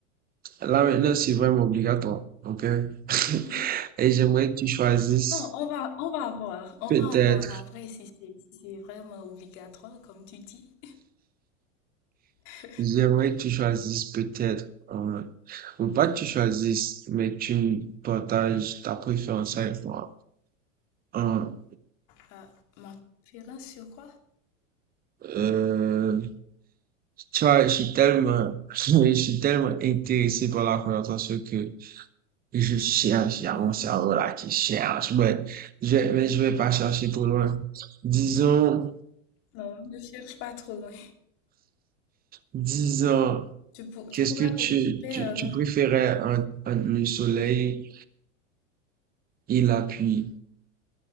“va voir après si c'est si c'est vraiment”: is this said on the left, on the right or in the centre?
Left